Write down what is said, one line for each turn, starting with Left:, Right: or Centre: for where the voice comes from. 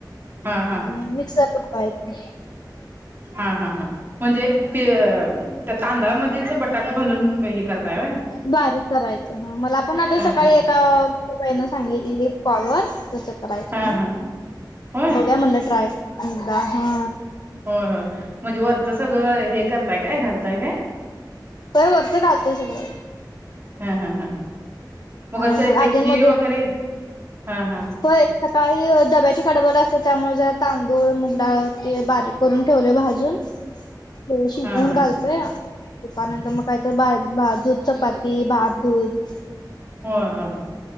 Right: हा हा.
Left: आणि मिक्सर लावायचा
Right: हा हा हा म्हणजे त्या तांदळामध्येच बटाटो घालून हे करताय
Left: बारीक कराय मला पण आता
Right: हा
Left: सकाळी एकाई सांगितली कॉल वर त य
Right: हा
Left: तुम्ही
Right: हा होय
Left: बघ्या म्हणलं ट्रायदा हा
Right: हा हा म्हणजे वरचं सगळं हे करताय काय घालताय काय
Left: काय वरत घालतय सगळ
Right: हा हा हा
Left: ह
Right: असं
Left: मग
Right: ते
Left: अधून
Right: खीर
Left: मधून
Right: वगैरे हा हा
Left: हो सकाळी डब्याची कडबड असतते त्यामुळे जरा तांदूळ मुगडा ते बारीक करून ठेवले भाजी अजून ते शिजवून
Right: हा हा
Left: घालतोय पनंतर मग कायत दूध चपाती भात दूध
Right: होय होय